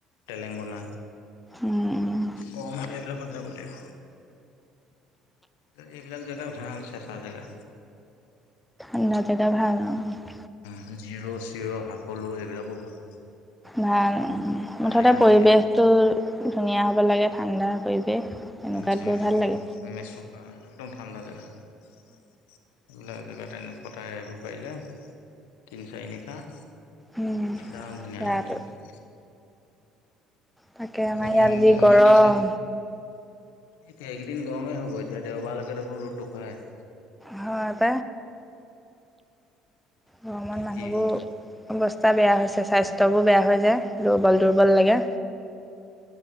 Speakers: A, on the left (about 75°); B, in the centre.
A: তেলেংগনা,
B: উম
A: গৰমালে সেইবিলাকত যাব লাগিব। এইবিলাক জেগা ভাল চেঁচা জেগা।
B: তাৰ জেগা ভাল ন।
A: হ জিৰো চিৰ সকলো এইবিলাকো ভাল।
B: ভাল,
A: পাহাৰীয়া
B: মুঠতে পৰিৱেশটো
A: জেগা একদম
B: ধুনীয়া হ'ব লাগে ঠাণ্ডা পৰিৱেশ। তেনেকুৱাত
A: জিৰ',
B: গৈ ভাল লাগে
A: মেচুকা একদম ঠাণ্ডা জাগা। এইবিলাক জেগাত এনেক কটাই আহিব পাৰিলে তিনি চাৰি নিশা। একদম
B: উম,
A: ধুনীয়া
B: গাটো
A: লাগিব।
B: তাকে আমাৰ
A: গৰমত
B: ইয়াত যি
A: গৰমো
B: গৰম
A: দিছে। এতিয়া এইকেইদিন গৰমেই হ'ব, এতিয়া দেওবাৰলৈকে দেখোন ৰ'দ দেখুৱাই।
B: হয় ত। গৰমত
A: এতিয়া
B: মানুহবোৰ
A: কি হয়
B: অৱস্থা বেয়া হৈছে, স্বাস্থ্যবোৰ বেয়া হৈ যায়। আৰু দুৰ্বল দুৰ্বল লাগে।